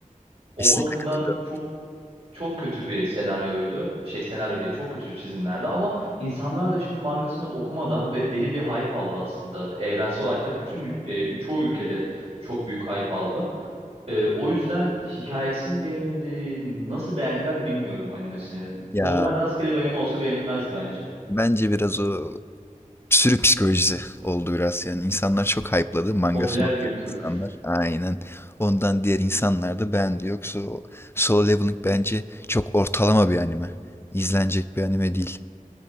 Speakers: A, on the right; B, on the left.
A: o
B: Kesinlikle
A: bakımdan
B: katılıyorum.
A: çok çok kötü bir senaryoydu. Şey senaryo diye çok kötü çizimlerdi ama insanlar da şimdi mangasını okumadan ve deli bir hype aldı aslında. Evrensel hatta bütün dü- e, çoğu ülkede çok büyük hype aldı. Ee, o yüzden hikayesi mi beğenildi, nasıl beğendiler bilmiyorum animesini.
B: Ya
A: Normal rastgele bir anime olsa beğenilmezdi bence.
B: bence biraz o sürü psikolojisi oldu biraz. Yani insanlar çok hype'ladı. Mangasını
A: Popüler
B: okuyan
A: kültür.
B: insanlar. Aynen. Ondan diğer insanlar da beğendi. Yoksa o Solo Leveling bence çok ortalama bir anime. İzlenecek bir anime değil.